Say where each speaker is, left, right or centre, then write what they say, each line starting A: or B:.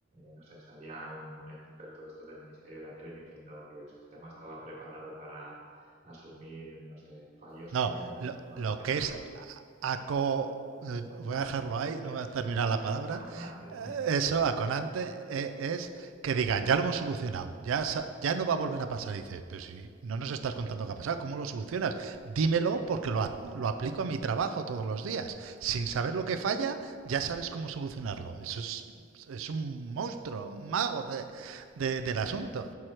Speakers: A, on the right; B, on the right.
A: no sé, salía un, un experto de estos del Ministerio de la Tele diciendo que el sistema estaba preparado para asumir, no sé, fallos
B: No,
A: n
B: lo,
A: uno,
B: lo
A: decían
B: que
A: algo
B: es
A: así. pero,
B: aco, eh, voy a dejarlo ahí,
A: sí,
B: no voy a terminar la palabra.
A: Aconante.
B: Eh,
A: <laughs>
B: Eso, aconante, eh, es que digan, ya lo hemos solucionado, ya, sa- ya no va a volver a pasar. Y dices, pero si no nos estás contando qué ha pasado, ¿cómo lo solucionas? Dímelo porque lo, a- lo aplico a mi trabajo todos los días. Sin saber
A: Exacto.
B: lo que falla, ya sabes cómo solucionarlo. Eso es, es un monstruo, un mago de- de- del asunto.
A: Sí, sí.